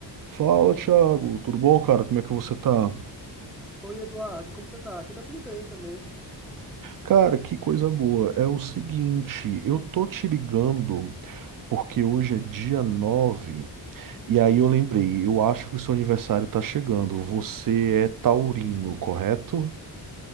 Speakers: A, on the right; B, in the centre.
A: Fala, Thiago, tudo bom, cara? Como é que você tá?
B: Oi, Eduardo, como você tá? Aqui tá tudo bem também.
A: Cara, que coisa boa. É o seguinte, eu tô te ligando porque hoje é dia 9. e aí eu lembrei, eu acho que o seu aniversário tá chegando. Você é taurino, correto?